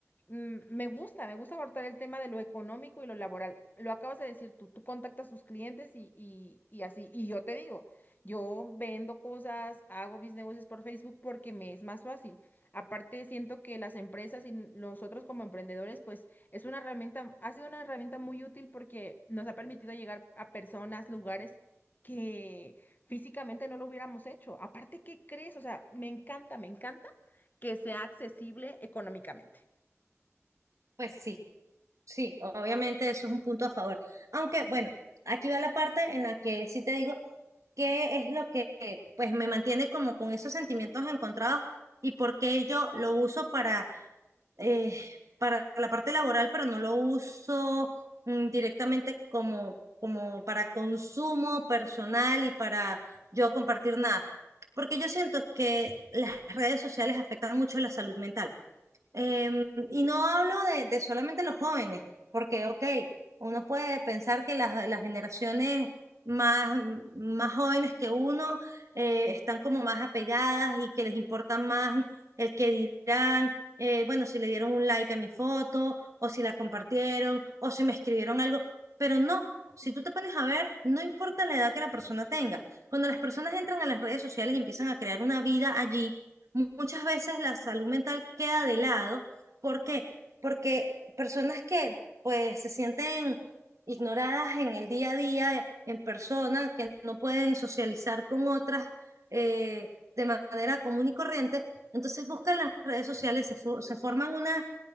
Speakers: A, on the left; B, on the right.
A: Mm, Me gusta, me gusta abordar el tema de lo económico y lo laboral. Lo acabas de decir tú, tú contactas a sus clientes y, y, y así, y yo te digo. Yo vendo cosas, hago mis negocios por Facebook porque me es más fácil. Aparte, siento que las empresas y nosotros como emprendedores, pues es una herramienta, ha sido una herramienta muy útil porque nos ha permitido llegar a personas, lugares que físicamente no lo hubiéramos hecho. Aparte, ¿qué crees? O sea, me encanta, me encanta que sea accesible económicamente.
B: Pues sí, sí, obviamente eso es un punto a favor. Aunque bueno, aquí va la parte en la que sí te digo qué es lo que pues me mantiene como con esos sentimientos encontrados y por qué yo lo uso para eh, para la parte laboral, pero no lo uso mm, directamente como, como para consumo personal y para yo compartir nada. Porque yo siento que las redes sociales afectan mucho la salud mental. Em, y no hablo de, de solamente los jóvenes, porque, ok, uno puede pensar que las, las generaciones más, más jóvenes que uno eh, están como más apegadas y que les importa más el que dirán, eh, bueno, si le dieron un like a mi foto, o si la compartieron, o si me escribieron algo, pero no. Si tú te pones a ver, no importa la edad que la persona tenga. Cuando las personas entran a las redes sociales y empiezan a crear una vida allí, mu- muchas veces la salud mental queda de lado. ¿Por qué? Porque personas que pues se sienten ignoradas en el día a día, eh, en persona, que no pueden socializar con otras eh, de manera común y corriente, entonces buscan las redes sociales, se, fo- se forman una